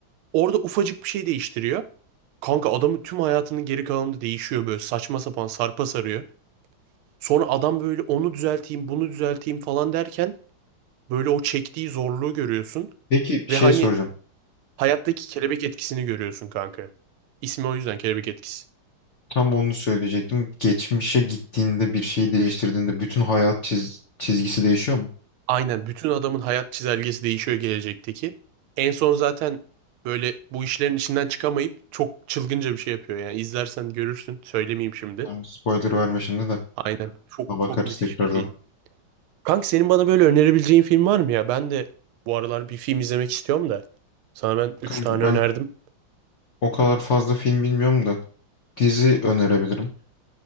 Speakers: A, on the right; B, on the left.
A: Orada ufacık bir şey değiştiriyor. Kanka adamın tüm hayatının geri kalanında değişiyor böyle saçma sapan sarpa sarıyor. Sonra adam böyle onu düzelteyim, bunu düzelteyim falan derken böyle o çektiği zorluğu görüyorsun
B: Peki şey
A: ve hani
B: soracağım.
A: hayattaki kelebek etkisini görüyorsun kanka. İsmi o yüzden kelebek etkisi.
B: Tam onu söyleyecektim. Geçmişe gittiğinde bir şeyi değiştirdiğinde bütün hayat çiz- çizgisi değişiyor mu?
A: Aynen bütün adamın hayat çizelgesi değişiyor gelecekteki. En son zaten böyle bu işlerin içinden çıkamayıp çok çılgınca bir şey yapıyor yani izlersen görürsün söylemeyeyim şimdi.
B: Yani spoiler verme şimdi de.
A: Aynen çok
B: Buna Bakarız
A: çok müthiş
B: tekrardan.
A: bir film. Kanka senin bana böyle önerebileceğin film var mı ya? Ben de bu aralar bir film izlemek istiyorum da. Sana ben 3
B: Kanka
A: tane
B: ben
A: önerdim.
B: o kadar fazla film bilmiyorum da dizi önerebilirim.